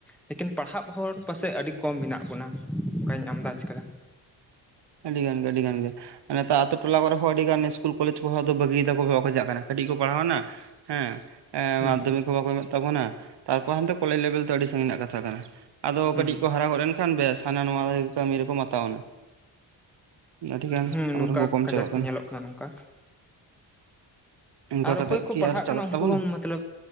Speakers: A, in the centre; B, on the right.
A: ᱞᱮᱠᱤᱱ ᱯᱟᱲᱦᱟᱜ ᱦᱚᱲ ᱯᱟᱥᱮᱡ ᱟᱹᱰᱤ ᱠᱚᱢ ᱢᱮᱱᱟᱜ ᱵᱚᱱᱟ ᱚᱱᱠᱟᱧ ᱟᱢᱫᱟᱡᱽ ᱟᱠᱟᱫᱟ
B: ᱟᱹᱰᱤ ᱜᱟᱱ ᱜᱮ ᱟᱹᱰᱤ ᱜᱟᱱ ᱜᱮ ᱱᱮᱛᱟᱨ ᱟᱛᱳ ᱴᱚᱞᱟ ᱠᱚᱨᱮᱦᱚᱸ ᱟᱹᱰᱤ ᱜᱟᱱ ᱤᱥᱠᱩᱞ ᱠᱚᱞᱮᱡᱽ ᱠᱚᱦᱚᱸ ᱵᱟᱹᱜᱤᱭ ᱫᱟᱠᱚᱸ ᱵᱟᱝ ᱠᱚ ᱪᱟᱞᱟᱜ ᱠᱟᱱᱟ ᱟᱹᱰᱤ ᱠᱚ ᱯᱟᱲᱦᱟᱣᱱᱟ ᱦᱮᱸ ᱦᱸ
A: ᱦᱩᱸ
B: ᱢᱟᱫᱽᱫᱷᱤᱠ
A: ᱦᱩᱸ
B: ᱦᱚᱸ ᱵᱟᱠᱚ ᱮᱢ ᱛᱟᱵᱚᱱᱟ ᱛᱟᱨᱯᱚᱨ ᱦᱟᱱᱛᱮ ᱠᱚᱞᱮᱡ ᱞᱮᱵᱮᱞ ᱫᱚ ᱟᱹᱰᱤ ᱥᱟᱺᱜᱤᱧ ᱨᱮᱱᱟᱜ ᱠᱟᱛᱷᱟ ᱠᱟᱱᱟ ᱟᱫᱚ
A: ᱦᱩᱸ
B: ᱠᱟᱹᱴᱤᱡ ᱠᱚ ᱦᱟᱨᱟ ᱜᱚᱫ ᱮᱱᱠᱷᱟᱱ ᱵᱮᱥ ᱦᱟᱱᱟ ᱱᱚᱣᱟ ᱠᱟᱹᱢᱤ ᱨᱮᱠᱚ ᱢᱟᱛᱟᱣᱱᱟ ᱟᱹᱰᱤᱜᱟᱱ
A: ᱦᱮᱸ
B: ᱟᱵᱚᱨᱮᱱ
A: ᱱᱚᱝᱠᱟ
B: ᱠᱚ ᱠᱚᱢ
A: ᱠᱟᱡᱟᱠ
B: ᱪᱟᱵᱟᱜ
A: ᱠᱚ ᱧᱮᱞᱚᱜ ᱠᱟᱱᱟ ᱱᱚᱝᱠᱟ
B: ᱚᱱᱠᱟ
A: ᱟᱨ
B: ᱠᱟᱛᱮᱜ
A: ᱚᱠᱚᱭ ᱠᱚ
B: ᱠᱤ
A: ᱯᱟᱲᱦᱟᱜ
B: ᱟᱨ
A: ᱠᱟᱱᱟ
B: ᱪᱟᱞᱟᱜ
A: ᱩᱱᱠᱩ
B: ᱛᱟᱵᱚᱱᱟ
A: ᱦᱚᱸ ᱢᱚᱛᱞᱟᱵ